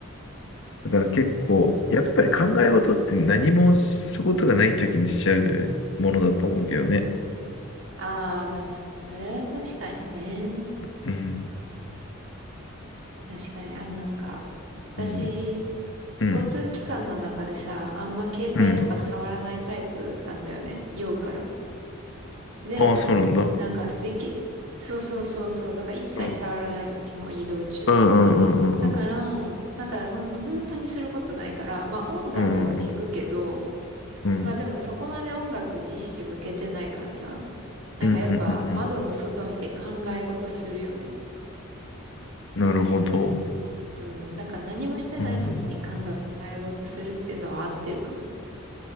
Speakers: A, on the left; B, on the right.
A: だから結構、やっぱり考え事って何もすることがないときにしちゃうものだと思うけどね。
B: ああー、まあそそれは確かにね。
A: うん。
B: 確かに、あのなんか、私、
A: うん。うん。
B: 交通機関の中でさ、あんま携帯とか触らないタイプなんだよね。
A: うん。
B: 酔うから。で、
A: ああ、そうなんだ。う
B: なんか、でき、そうそうそうそう。だから一切触らないの、
A: ん。
B: 基本移動中。
A: うんうんうんうんうん。
B: だから、なんか、まあ、本当にすることないから、まあ音楽は聞くけど、
A: うんうんうん。うん
B: まあでもそこまで音楽に意識向けてないからさ、なんかやっぱ窓の外見て考え事するよね。
A: うんうんうん。なるほど。
B: うん。だから何もしてない時に考え事するっていうのは合ってるかも。
A: うん。